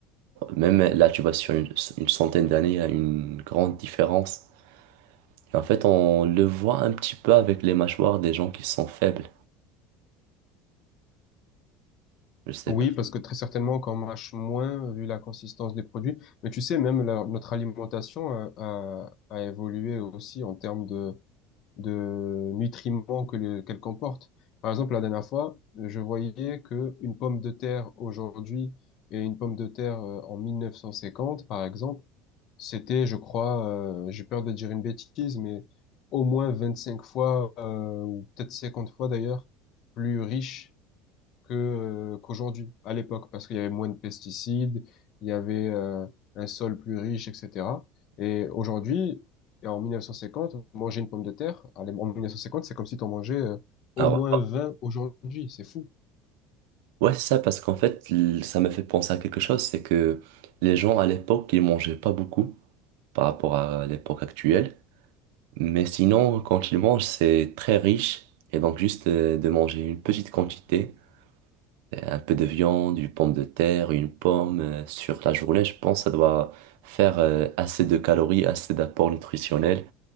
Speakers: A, on the right; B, on the left.
A: même là tu vois sur une, une centaine d'années, il y a une grande différence. Et en fait, on le voit un petit peu avec les mâchoires des gens qui sont faibles. Je sais
B: Oui,
A: pas.
B: parce que très certainement qu'on mâche moins euh, vu la consistance des produits. Mais tu sais, même la- notre alimentation a, a, a évolué aussi en termes de de nutriments que le- qu'elle comporte. Par exemple, la dernière fois, je voyais que une pomme de terre aujourd'hui et une pomme de terre euh, en 1950, par exemple, c'était, je crois, euh, j'ai peur de dire une bêtise, mais au moins 25 fois, euh, ou peut-être 50 fois d'ailleurs, plus riche que euh, qu'aujourd'hui, à l'époque, parce qu'il y avait moins de pesticides, il y avait euh, un sol plus riche, etc. Et aujourd'hui, et en 1950, manger une pomme de terre, à l'é- en 1950, c'est comme si tu en mangeais euh, au
A: Alors,
B: moins 20 aujourd'hui, c'est fou.
A: ouais, c'est ça parce qu'en fait, l- ça m'a fait penser à quelque chose, c'est que les gens à l'époque, ils mangeaient pas beaucoup par rapport à l'époque actuelle. Mais sinon, quand ils mangent, c'est très riche. Et donc, juste euh, de manger une petite quantité Euh, un peu de viande, une pomme de terre, une pomme euh, sur la journée, je pense que ça doit faire euh, assez de calories, assez d'apports nutritionnels